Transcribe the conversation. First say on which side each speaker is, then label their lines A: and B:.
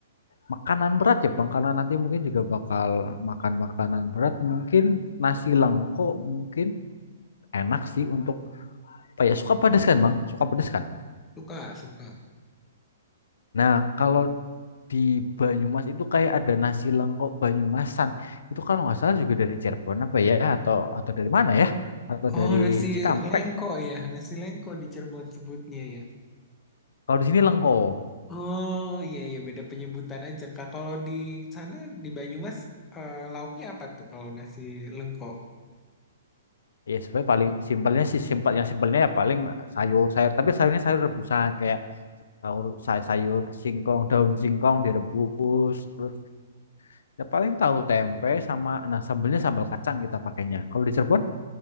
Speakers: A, on the left; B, on the left.
A: Makanan berat ya, Bang, karena nanti mungkin juga bakal makan makanan berat. Mungkin nasi lengko mungkin enak sih untuk apa ya? Suka pedes kan, Bang? Suka pedes kan?
B: suka, suka.
A: Nah, kalau di Banyumas itu kayak ada nasi lengko Banyumasan. Itu kalau nggak salah juga dari Cirebon apa ya? Atau atau dari mana ya? Atau
B: Oh,
A: dari
B: nasi
A: Cikampek.
B: lengko ya. Nasi lengko di Cirebon sebutnya ya.
A: Kalau di sini lengko.
B: Oh iya iya beda penyebutan aja Kak. Kalau di sana di Banyumas eh, lauknya apa tuh kalau nasi lengko?
A: Ya, sebenarnya paling simpelnya sih simpelnya simpelnya ya paling sayur sayur. Tapi sayurnya sayur rebusan kayak sayur say- sayur singkong daun singkong direbus terus Ya paling tahu tempe sama nah sambelnya sambal kacang kita pakainya. Kalau di Cirebon,